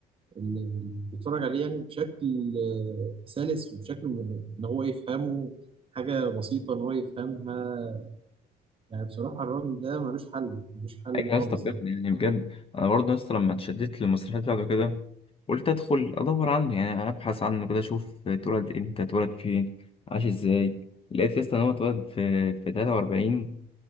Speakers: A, on the right; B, on the left.
A: ال- اللي بيتفرج عليه يعني بشكل آه، سلس وبشكل م- إن هو يفهمه حاجة بسيطة إن هو يفهمها يعني بصراحة الراجل ده ملوش حل ملوش حل
B: ايوه يا
A: خالص
B: اسطى بجد
A: يعني.
B: يعني بجد انا برضه يا اسطى لما اتشددت للمسرحية بتاعته كده قلت ادخل ادور عنه يعني ابحث عنه كده اشوف اتولد امتى اتولد فين عاش ازاي لقيت يا اسطى ان هو اتولد في في 43